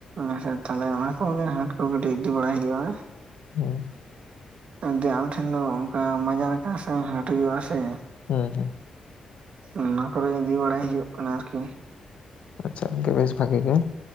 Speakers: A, on the right; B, on the left.
A: ᱟᱪᱪᱷᱟ, ᱛᱟᱦᱚᱞᱮ ᱚᱱᱟ ᱠᱚᱜᱮ ᱦᱟᱴ ᱠᱚ ᱠᱟᱹᱴᱤᱡ ᱤᱫᱤ ᱵᱟᱲᱟᱭ ᱦᱩᱭᱩᱜᱼᱟ।
B: ᱦᱩᱸ,
A: ᱡᱮ ᱟᱞᱮ ᱴᱷᱮᱱ ᱫᱚ ᱚᱱᱠᱟ ᱢᱟᱡᱟᱱ ᱟᱠᱟᱱ ᱥᱮ ᱦᱟᱴ ᱦᱩᱭᱩᱜᱼᱟ ᱥᱮ,
B: ᱦᱮᱸ ᱦᱮᱸ,
A: ᱚᱱᱟ ᱠᱚᱨᱮ ᱜᱮ ᱤᱫᱤ ᱵᱟᱲᱟᱭ ᱦᱩᱭᱩᱜ ᱠᱟᱱᱟ ᱟᱨᱠᱤ,
B: ᱟᱪᱪᱷᱟ ᱜᱚᱝᱠᱮ ᱵᱮᱥ ᱵᱷᱟᱜᱤ ᱜᱮ,